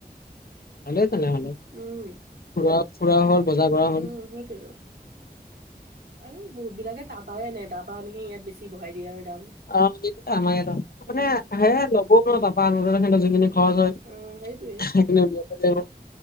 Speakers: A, on the left (about 65°); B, on the right (about 75°).
A: ভালেই তেনেহ'লে।
B: উম
A: ফুৰা ফুৰাও হ'ল, বজাৰ কৰাও
B: উম
A: হ'ল।
B: সেইটোৱেটো আৰু বহুতবিলাকে তাৰপাই আনে। তা পা আনি সে ইয়াত বেছি বঢ়াই দিয়ে আৰু দাম।
A: অ আমাৰ ইয়াত অ
B: উম।
A: মানে আহে <unintelligible> সেহেতৰ যোনখিনি খৰচ হয়।
B: উম সেইটোৱেই।
A: থাকিলে উলিয়াব যাব।